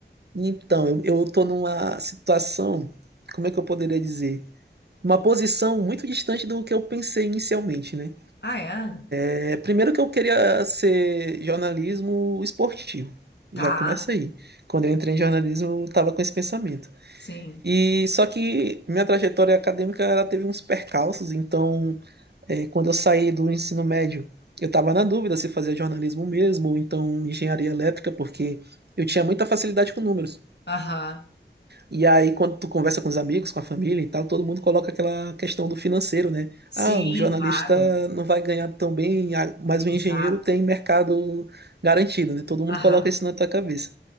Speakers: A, on the right; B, on the left.
A: então, eu, eu tô numa situação, como é que eu poderia dizer? Uma posição muito distante do que eu pensei inicialmente, né?
B: Ah, é?
A: É, primeiro que eu queria ser jornalismo esportivo.
B: Tá,
A: Já começa aí. Quando eu entrei em jornalismo, eu estava com esse pensamento.
B: sim.
A: E só que minha trajetória acadêmica ela teve uns percalços, então é, quando eu saí do ensino médio, eu estava na dúvida se fazia jornalismo mesmo ou então engenharia elétrica, porque eu tinha muita facilidade com números.
B: Aham.
A: E aí, quando tu conversa com os amigos, com a família e tal, todo mundo coloca aquela questão do financeiro, né?
B: Sim,
A: Ah, o jornalista
B: claro.
A: não vai ganhar tão bem, ah, mas
B: Exato.
A: o engenheiro tem mercado garantido, né? Todo mundo
B: Aham.
A: coloca isso na tua cabeça.